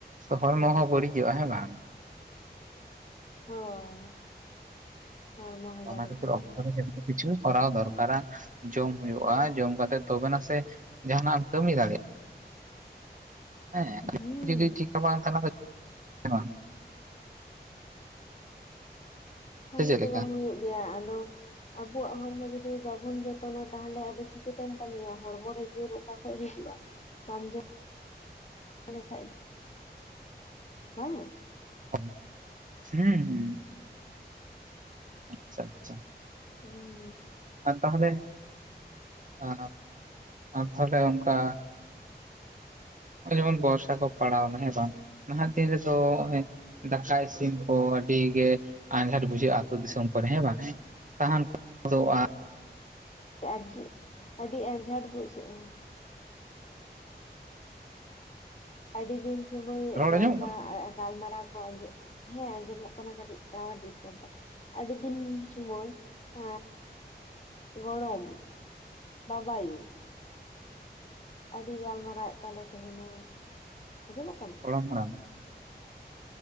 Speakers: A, on the right; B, on the left.
A: ᱛᱚ ᱦᱚᱲᱢᱚ ᱦᱚᱸ ᱵᱟᱲᱤᱡᱚᱜ-ᱟ ᱦᱮᱸ ᱵᱟᱝ?
B: ᱦᱳᱭ ᱦᱚᱲᱢᱚ ᱦᱚ ᱵᱟᱨᱤᱡᱚᱜ-ᱟ
A: ᱚᱱᱟ ᱠᱷᱟᱹᱛᱤᱨ ᱚᱠᱛᱚ
B: ᱾
A: ᱨᱮ ᱡᱚᱛᱚ ᱠᱤᱪᱷᱩ ᱠᱚᱨᱟᱣ ᱫᱚᱨᱠᱟᱨᱟ ᱾ ᱡᱚᱢ ᱦᱳᱭᱳᱜ-ᱟ ᱡᱚᱢ ᱠᱟᱛᱮᱜ ᱛᱚᱵᱮ ᱱᱟᱥᱮ ᱡᱟᱦᱟᱱᱟᱜ ᱮᱢ ᱠᱟᱢᱤ ᱫᱟᱲᱮᱜ ᱦᱮᱸ
B: ᱦᱩᱸ
A: <inaudible> ᱡᱩᱫᱤ ᱴᱷᱤᱠ ᱴᱷᱟᱠ ᱵᱟᱝ ᱛᱟᱦᱮᱱᱟ ᱵᱟᱝ
B: ᱠᱟᱢᱤ
A: ᱥᱮ ᱪᱮᱫ
B: ᱠᱚ
A: ᱞᱮᱠᱟ?
B: ᱵᱟᱝ ᱦᱩᱭᱩᱜ ᱜᱮᱭᱟ ᱟᱫᱚ ᱟᱵᱚᱣᱟᱜ ᱦᱚᱲᱢᱚ ᱡᱩᱫᱤ ᱵᱟᱵᱚᱱ ᱡᱚᱛᱚᱱᱟ ᱛᱟᱦᱚᱞᱮ ᱟᱫᱚ ᱪᱤᱠᱟᱹᱛᱮᱢ ᱠᱟᱢᱤᱭᱟ ᱦᱚᱲᱢᱚ ᱨᱮ ᱡᱳᱨ ᱚᱠᱟ ᱠᱷᱚᱡ ᱦᱤᱡᱩᱜ-ᱟ? ᱵᱟᱢᱡᱟ <inaudible> ᱞᱮᱠᱟᱡ ᱫᱚ ᱵᱟᱝ
A: <unintelligible> ᱦᱩᱸ ᱦᱩᱸ ᱟᱪᱪᱷᱟ ᱟᱪᱪᱷᱟ
B: <unintelligible>
A: ᱟᱨ ᱛᱟᱦᱚᱞᱮ ᱟᱻ ᱟᱨ ᱛᱟᱦᱚᱞᱮ ᱚᱱᱠᱟ᱾ ᱱᱚᱜ-ᱚᱭ ᱡᱮᱢᱚᱱ ᱵᱚᱨᱥᱟ ᱠᱚ ᱯᱟᱲᱟᱣᱱᱟ ᱦᱮᱸ ᱵᱟᱝ ᱱᱟᱦᱟᱜ ᱫᱤᱱ ᱨᱮᱫᱚ ᱱᱚᱜᱚᱭ ᱫᱟᱠᱟ ᱤᱥᱤᱱ ᱠᱚ ᱟᱰᱤ ᱜᱮ ᱟᱸᱡᱷᱟᱴ ᱵᱩᱡᱷᱟᱹᱜ-ᱟ ᱟᱛᱳ ᱫᱤᱥᱚᱢ ᱠᱚᱨᱮ ᱦᱮᱸ ᱵᱟᱝ ᱦᱮ? ᱥᱟᱦᱟᱱ ᱠᱚ <inaudible> ᱫᱚ-ᱟ
B: ᱟᱨᱡᱤ ᱟᱰᱤ ᱟᱡᱷᱟᱴ ᱵᱩᱡᱷᱟᱹᱜ-ᱟ ᱾ ᱟᱰᱤ ᱫᱤᱱ ᱥᱩᱢᱟᱹᱭ ᱨᱚᱲ
A: ᱟᱸᱡᱚᱢᱚᱜ
B: ᱵᱟ
A: ᱠᱟᱱᱟ?
B: ᱜᱟᱞᱢᱟᱨᱟᱣ ᱠᱚ ᱟᱡᱮᱜ ᱦᱮᱸ ᱟᱡᱚᱢᱚᱜ ᱠᱟᱱᱟ ᱠᱟᱴᱤᱡ ᱴᱟᱣᱟᱨ ᱰᱤᱥᱴᱟᱵᱽᱫᱟ᱾ ᱟᱰᱤ ᱫᱤᱱ ᱥᱩᱢᱚᱭ ᱵᱟ ᱜᱚᱲᱚᱢ ᱵᱟᱵᱟᱭᱩ ᱟᱹᱰᱤ ᱜᱟᱞ ᱢᱟᱨᱟᱣᱮᱫ ᱛᱟᱞᱮ ᱛᱟᱦᱮᱱᱟᱭ ᱟᱸᱡᱚᱢᱚᱜ ᱠᱟᱱᱟ?
A: ᱜᱚᱲᱚᱢ ᱦᱟᱲᱟᱢ